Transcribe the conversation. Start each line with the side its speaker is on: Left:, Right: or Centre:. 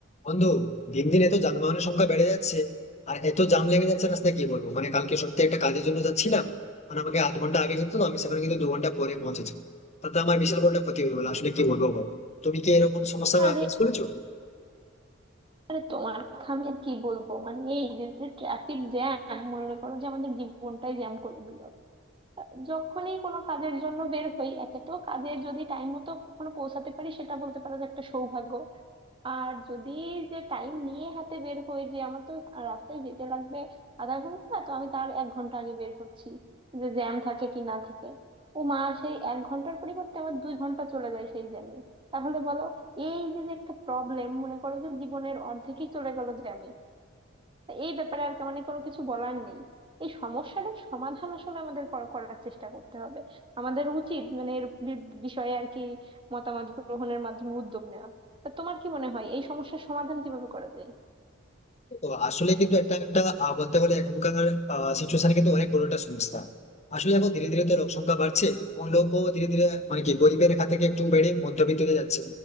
Left: বন্ধু দিন দিন এত যানবাহনের সংখ্যা বেড়ে যাচ্ছে আর এত জাম লেগে যাচ্ছে রাস্তায় কি বলবো মানে কালকে সত্যি একটা কাজের জন্য যাচ্ছিলাম মানে আমাকে আধ ঘন্টা আগে যেত তো আমি সেখানে কিন্তু দু ঘন্টা পরে পৌঁছেছি তাতে আমার বিশাল বড় একটা ক্ষতি হয়ে গেলো আসলে কি বলবো বল তুমি কি এরকম সমস্যা
Right: আরে
Left: ফেস করেছো
Right: আরে তোমার কথা আমি আর কি বলবো মানে এই যে ট্রাফিক জ্যাম মনে করো যে আমাদের জীবনটাই জ্যাম করে দিল যখনই কোনো কাজের জন্য বের হই একে তো কাজে যদি টাইম মতো কখনো পৌঁছাতে পারি সেটা বলতে পারো যে একটা সৌভাগ্য আর যদি যে টাইম নিয়ে হাতে বের হই যে আমার তো রাস্তায় যেতে লাগবে আধা ঘন্টা তো আমি তার এক ঘন্টা আগে বের হচ্ছি যে জ্যাম থাকে কি না থাকে ও মা সেই এক ঘন্টার পরিবর্তে আমার দুই ঘন্টা চলে যায় সেই জ্যামে তাহলে বলো এই যে যে একটা প্রবলেম মনে করো যে জীবনের অর্ধেকই চলে গেল জ্যামে তা এই ব্যাপারে আর মানে কোনো কিছু বলার নেই এই সমস্যাটার সমাধান আসলে আমাদের করা- করার চেষ্টা করতে হবে আমাদের উচিত মানে এর বি- বিষয়ে আর কি মতামত গ্রহণের মাধ্যমে উদ্যোগ নেওয়া তা তোমার কি মনে হয় এই সমস্যার সমাধান কিভাবে করা যায়
Left: তো আসলে কিন্তু একটা একটা আহ, বলতে গেলে এখনকার সিচুয়েশনে কিন্তু অনেক বড় একটা সমস্যা আসলে এখন ধীরে ধীরে তো লোক সংখ্যা বাড়ছে এবং লোকও ধীরে ধীরে মানে কি গরিবের রেখা থেকে একটু বেড়ে মধ্যবিত্ততে যাচ্ছে